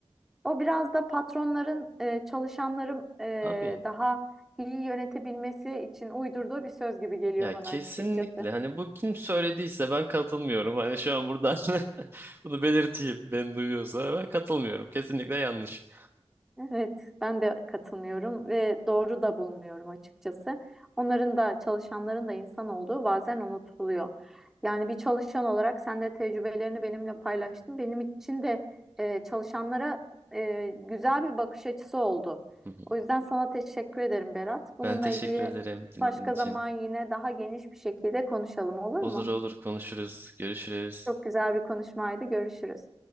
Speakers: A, in the centre; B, on the right.
A: O biraz da patronların e, çalışanların e,
B: Abi
A: daha iyi yönetebilmesi için uydurduğu bir söz gibi geliyor
B: ya
A: bana
B: kesinlikle
A: açıkçası.
B: hani bu kim söylediyse ben katılmıyorum. Hani şu an buradan <laughs> bunu belirteyim. Ben duyuyorsa ben katılmıyorum. Kesinlikle yanlış.
A: Evet, ben de katılmıyorum ve doğru da bulmuyorum açıkçası. Onların da çalışanların da insan olduğu bazen unutuluyor. Yani bir çalışan olarak sen de tecrübelerini benimle paylaştın. Benim için de e, çalışanlara e, güzel bir bakış açısı oldu.
B: Hı hı.
A: O yüzden sana teşekkür ederim Berat. Bununla
B: Ben teşekkür
A: ilgili
B: ederim dinlediğin
A: başka
B: için.
A: zaman yine daha geniş bir şekilde konuşalım olur
B: Olur
A: mu?
B: olur konuşuruz, görüşürüz.
A: Çok güzel bir konuşmaydı. Görüşürüz.